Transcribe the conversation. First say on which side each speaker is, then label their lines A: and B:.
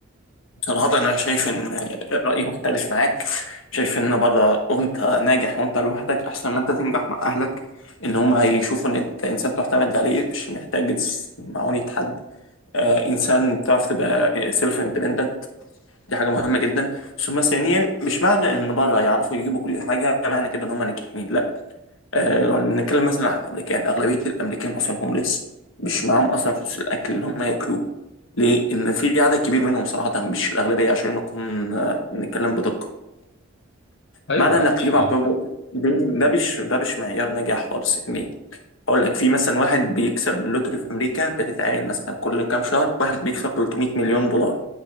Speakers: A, on the left (about 75°); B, on the left (about 60°).
A: صراحة أنا شايف إن الرأي مختلف معاك شايف إن بره وأنت ناجح وأنت لوحدك أحسن ما أنت تنجح مع أهلك إن هم هيشوفوا إن أنت إنسان تعتمد عليه مش محتاج معونة حد آه إنسان تعرف تبقى سيلف اندبندنت دي حاجة مهمة جدا ثم ثانيا مش معنى إن بره يعرفوا يجيبوا كل حاجة معنى كده إن هم ناجحين لا. آه نتكلم مثلا عن الامريكان اغلبيه الامريكان اصلا هومليس مش معاهم اصلا فلوس الاكل اللي هم ياكلوه ليه ان في عدد كبير منهم صراحه مش الاغلبيه عشان نكون آه نتكلم بدقه
B: أيوه
A: معنى انك
B: أكيد
A: تجيب
B: يعني
A: عربيه ب- دي ده مش ده مش معيار نجاح خالص يعني اقول لك في مثلا واحد بيكسب اللوتري في امريكا بتتعامل مثلا كل كام شهر واحد بيكسب 300 مليون دولار